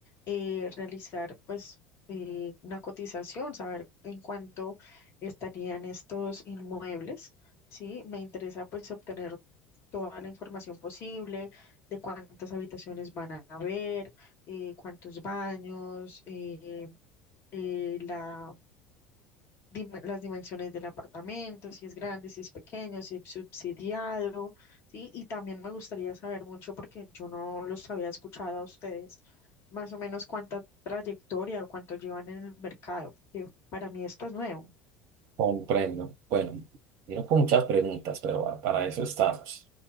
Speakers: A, on the left; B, on the right.
A: eh, realizar pues eh, una cotización, saber en cuánto estarían estos inmuebles. Sí, me interesa pues obtener toda la información posible de cuántas habitaciones van a haber, eh, cuántos baños, eh, eh, la dime las dimensiones del apartamento, si es grande, si es pequeño, si es subsidiado, ¿sí? Y también me gustaría saber mucho, porque yo no los había escuchado a ustedes, más o menos cuánta trayectoria o cuánto llevan en el mercado, porque para mí esto es nuevo.
B: Comprendo. Bueno, vino con muchas preguntas, pero ah, para eso estamos.